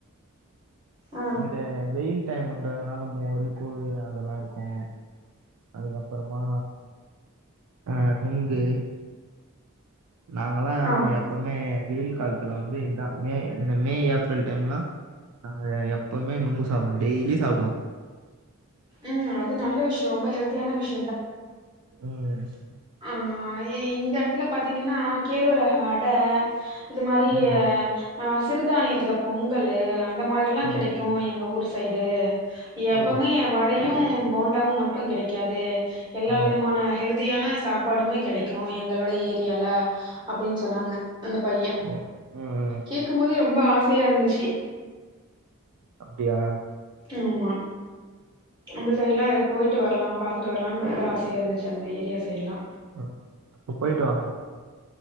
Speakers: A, on the right; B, on the right.
A: ஆ
B: இந்த வெயில் டைம்ன்றதுனால அதனால மோரு கூழு அதெல்லாம் இருக்கும் அதுக்கப்பறமா அஹ் நுங்கு நாங்கல்லாம்
A: ஆமா
B: எப்பவுமே வெயில் காலத்துல வந்து இதான் மே இந்த மே ஏப்ரல் டைம்லாம் நாங்க எப் எப்பவுமே நுங்கு சாப்பி டெய்லி சாப்டுவோ
A: உம் அது நல்ல விஷயம் ரொம்ப ஹெல்த் தியான விஷ்
B: உம்
A: ஆஹ் இந்த இடத்துல பாத்தீங்கன்னா கேளுவிரக அடை இது மாரி
B: ம் ம்
A: ஆஹ் சிறுதானியத்துல பொங்கலு அந்த மாரி எல்லாம்
B: ம்
A: கிடைக்கும்
B: ம்
A: எங்க ஊர் சைடு
B: ஓ
A: எப்பமே வடையும். போண்டாவும் மட்டும் கிடைக்காது. எல்லா
B: ஆ
A: விதமான ஹெல்தியான. சாப்பாடுமே கிடைக்கு எங்களோட ஏரியால அப்டின்னு சொன்னாங்க. அந்த பைய.
B: ஓ ம் ம்
A: கேக்கும்போதே
B: ம்
A: ரொம்ப ஆச. யா இருந்துச்சு.
B: அப்டியா.
A: ஆம்மா அந்த. சைடுலா போயிட்டு வரலாம். பாத்துட்டு வரலாம்னு ரொம்ப ஆசையா இருந்துச்சு அந்த ஏரிய சைட்லா.
B: ஹ அப்ப போயிட்டு வாங்க.